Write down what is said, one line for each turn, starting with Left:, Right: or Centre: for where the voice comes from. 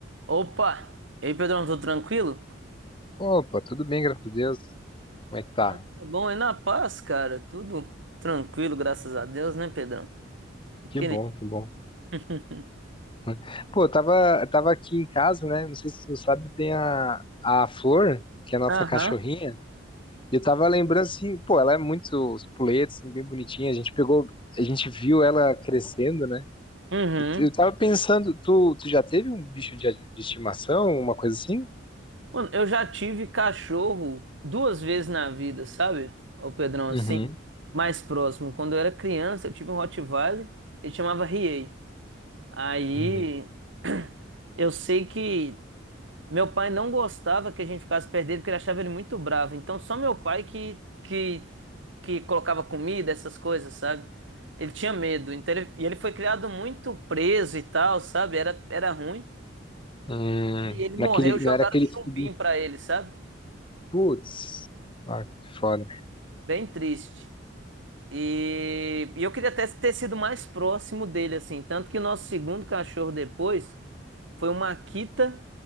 Right: Opa! E aí, Pedrão, tudo tranquilo?
Left: Opa, tudo bem, graças a Deus. Como é que tá?
Right: Então, Tá bom, é na paz, cara? Tudo tranquilo, graças a Deus, né, Pedrão? Aquele...
Left: Que bom, que bom.
Right: <laughs>
Left: <laughs> Pô, eu tava, eu tava aqui em casa, né? Não sei se tu sabe, tem a, a Flor, que é a nossa
Right: Aham.
Left: cachorrinha. E eu tava lembrando assim, pô, ela é muito espoleta, assim, bem bonitinha. A gente pegou, a gente viu ela crescendo, né?
Right: Uhum.
Left: Eu, eu tava pensando, tu, tu já teve um bicho de, de estimação, uma coisa assim?
Right: Mano, eu já tive cachorro duas vezes na vida, sabe? Ô, Pedrão, assim,
Left: Uhum,
Right: mais próximo. Quando eu era criança, eu tive um Rottweiler, ele chamava Riei. Aí,
Left: uhum.
Right: <clears throat> eu sei que Meu pai não gostava que a gente ficasse perto porque ele achava ele muito bravo. Então só meu pai que que que colocava comida, essas coisas, sabe? Ele tinha medo. Então ele, e ele foi criado muito preso e tal, sabe? Era era ruim.
Left: Hum,
Right: E ele morreu,
Left: naquele,
Right: jogaram
Left: não era aquele
Right: chumbinho
Left: que tu...
Right: pra ele, sabe?
Left: Putz, ah, que foda.
Right: Bem triste. E, e eu queria até ter sido mais próximo dele, assim. Tanto que o nosso segundo cachorro depois foi uma Akita,